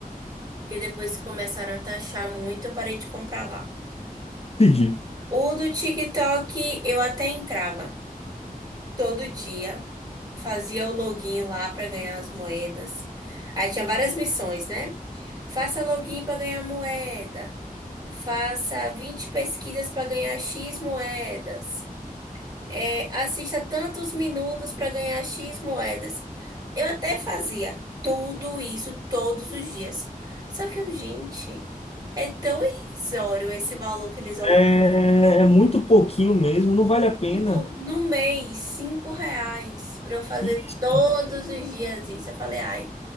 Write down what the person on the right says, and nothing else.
porque depois que começaram a taxar muito, eu parei de comprar lá.
O do TikTok eu até entrava todo dia, fazia o login lá para ganhar as moedas. Aí tinha várias missões, né? Faça login para ganhar moeda. Faça 20 pesquisas para ganhar X moedas. É, assista tantos minutos para ganhar X moedas. Eu até fazia tudo isso todos os dias. Só que, eu, gente, é tão irrisório esse valor que eles vão.
Tipo, no mês, 5 reais para eu fazer
todos os dias isso. Eu falei, ai,